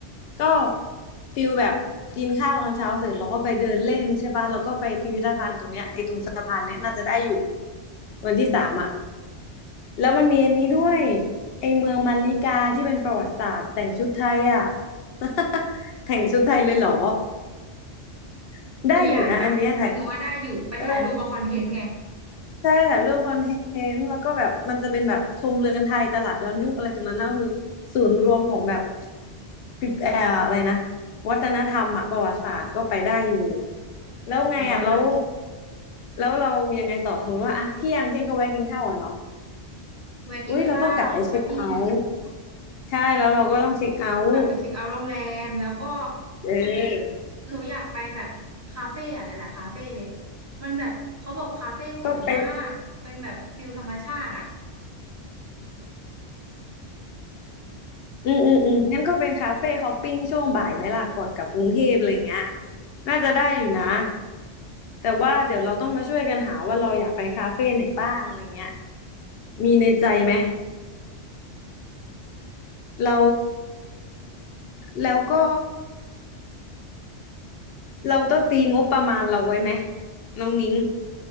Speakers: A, on the left; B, on the right.
A: ก็ฟิลแบบกินข้าวตอนเช้าเสร็จเราก็ไปเดินเล่นใช่ป่ะแล้วก็ไปพิพิธภัณฑ์ตรงเนี้ยไอ้ตรงสะพานเนี้ยน่าจะได้อยู่ วันที่สามอ่ะแล้วมันมีอันนี้ด้วยไอเมืองมัลลิกาที่เป็นประวัติศาสตร์แต่งชุดไทยอ่ะ <laughs> แต่งชุดไทยเลยเหรอ <laughs> ได้อยู่นะอันเนี้ยถ่าย
B: หนูอยากนะหนูว่าได้อยู่ไปถ่ายรูปเอาคอนเทนต์ไง
A: เออใช่ถ่ายรูปคอนเทนต์แล้วก็แบบมันจะเป็นแบบชมเรือนไทยตลาดย้อนยุคอะไรตรงนั้นนะก็คือศูนย์รวมของแบบฟิเอ่ออะไรนะวัฒนธรรมอะประวัติศาสตร์ก็ไปได้อยู่
B: เลิศหนูว่าเลิศ
A: แล้วไงอ่ะแล้วแล้วเรายังไงต่อสมมติว่าอะเที่ยงเที่ยงก็แวะกินข้าวอ่ะเนาะ
B: แวะกินข้าวสักที่หนึ่ง
A: อุ้ยเราต้องกลับไปเช็คเอาท์ใช่แล้วเราก็ต้องเช็คเอาท์
B: กลับไปเช็คเอาท์โรงแรมแล้วก็
A: เออ
B: หนูอยากไปแบบคาเฟ่อะไรล่ะคาเฟ่เลยมันแบบเขาบอกคาเฟ่สวยมากเป็นแบบฟิลธรรมชาติอ่ะ
A: ก็ไปอืมอืมอืมงั้นก็เป็นคาเฟ่ฮอปปิ้งช่วงบ่ายไหมล่ะก่อนกลับกรุงเทพอะไรเงี้ยน่าจะได้อยู่นะแต่ว่าเดี๋ยวเราต้องมาช่วยกันหาว่าเราอยากไปคาเฟ่ไหนบ้างอะไรเงี้ยมีในใจไหมเราแล้วก็เราต้องตีงบประมาณเราไว้ไหมน้องนิ้ง